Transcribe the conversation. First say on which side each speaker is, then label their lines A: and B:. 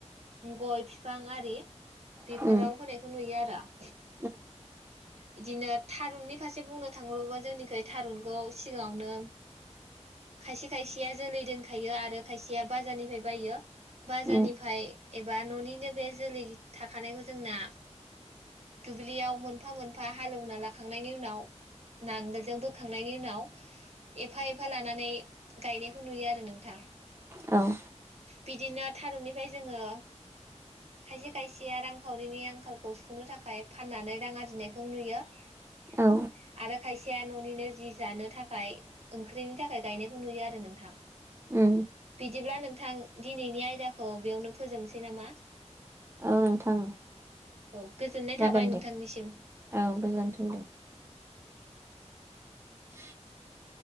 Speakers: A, on the right; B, on the right.
A: गय फिफां आरि बेफोराव
B: उम उम
A: होनायखौ नुयो आरो <unintelligible>
B: उम
A: बिदिनो थारुननि फारसे बुंनो थाङोबा जोंनिखै थारुनखौ सिगाङावनो खायसे खायसेया जोलै दोनखायो आरो खायसेया बाजारनिफ्राय बायो। बाजारनिफ्राय
B: उम
A: एबा न'निनो बे जोलै थाखानायखौ जोंना दुब्लियाव मोनफा मोनफा हालेवना लाखांनायनि उनाव नांगोलजों बोखांनायनि उनाव एफा एफा लानानै गायनायखौ नुयो आरो नोंथां
B: औ
A: बिदिनो थारुननिफ्राय जोङो खायसे खायसेया रांखावरिनि आंखालखौ सुफुंनो थाखाय फाननानै रां आरजिनायखौ नुयो <inaudible>
B: औ
A: आरो खायसेया न'निनो जि जानो थाखाय ओंख्रिनि थाखाय गायनायखौ नुयो आरो नोंथां।
B: उम
A: बिदिब्ला नों नोंथां दिनैनि आयदाखौ बेयावनो फोजोबनोसै नामा?
B: औ नोंथां।
A: औ गोजोनाय
B: जागोन
A: थाबाय नोंथांनिसिम।
B: दे औ गोजोनथों दे <inaudible>